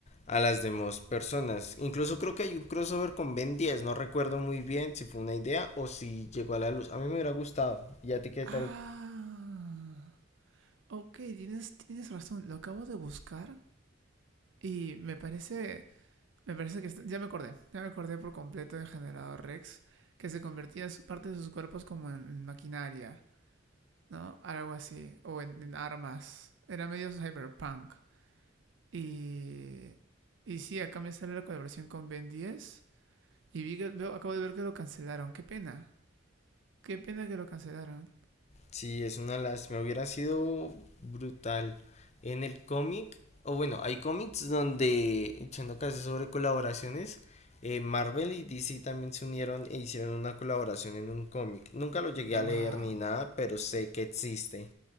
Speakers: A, on the left (about 35°); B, on the right (about 65°).
A: a las demás personas. Incluso creo que hay un crossover con Ben 10, no recuerdo muy bien si fue una idea o si llegó a la luz. A mí me hubiera gustado. ¿Y a ti qué
B: Ah.
A: tal?
B: Ok, tienes, tienes razón. Lo acabo de buscar y me parece. Me parece que está- ya me acordé. Ya me acordé por completo de Generador Rex, que se convertía su- parte de sus cuerpos como en, en maquinaria, ¿no? Algo así. O en, en armas. Era medio cyberpunk. Y. Y sí, acá me sale la colaboración con Ben 10. Y vi que, veo, acabo de ver que lo cancelaron. Qué pena. Qué pena que lo cancelaron.
A: Sí, es una lástima, hubiera sido brutal. En el cómic, o bueno, hay cómics donde, echando caso sobre colaboraciones, eh, Marvel y DC también se unieron e hicieron una colaboración en un cómic. Nunca lo llegué
B: Wow.
A: a leer ni nada, pero sé que existe.